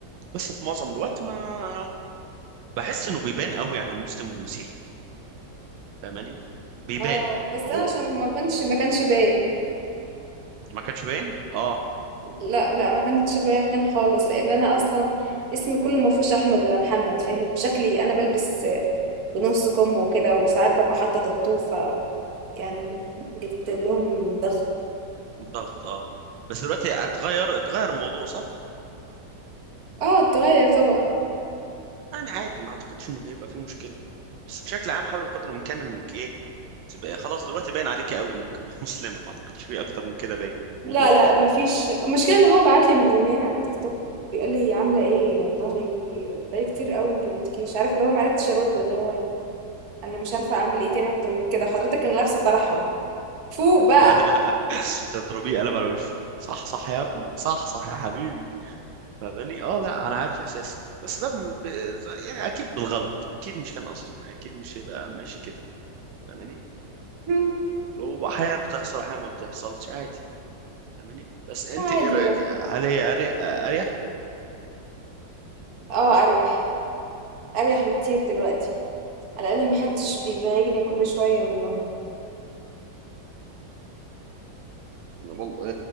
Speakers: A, on the right; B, on the right.
A: بس في معظم الوقت ما بحس انه بيبان قوي عن المسلم والمسيحي فاهماني بيبان
B: اه بس
A: او
B: انا عشان ما كنتش ما كانش باين
A: ما كانش باين اه
B: لا لا ما كانش باين خالص لان انا اصلا اسمي كله ما فيهوش احمد ولا محمد فاهم وشكلي انا بلبس بنص كم وكده وساعات ببقى حاطه تاتو ف يعني جبت لهم ضغط
A: ضغط اه بس دلوقتي اتغير اتغير الموضوع صح
B: اه اتغير طبعا
A: يعني عادي ما اعتقدش انه هيبقى فيه مشكله بس بشكل عام حاول بقدر الامكان انك ايه تبقى خلاص دلوقتي باين عليك قوي انك <laughs> مسلمه ما اعتقدش في اكتر من كده باين
B: لا
A: وضوح
B: لا ما فيش المشكله ان هو بعت لي من يومين على التيك توك بيقول لي عامله ايه والله بقالي كتير قوي ما كلمتكيش عارف اللي هو ما عرفتش ارد اللي هو يعني انا مش عارفه اعمل ايه تاني اكتر من كده حضرتك انا لابسه طرحه فوق بقى
A: <laughs> تضربيه قلم على وشه صح صح يا ابني صح صح يا حبيبي فاهماني اه لا انا عارف احساسك بس ده م- ب... يعني اكيد بالغلط اكيد مش كان قصده يعني اكيد مش هيبقى ماشي كده فاهماني
B: <laughs>
A: واحيانا بتحصل احيانا ما بتحصلش عادي فاهماني بس انت
B: عادي
A: ايه رايك
B: يعني
A: هل هي اريح اريح
B: اه اريح اريح بكتير دلوقتي على الاقل محدش بيزعجني كل شويه منهم
A: والله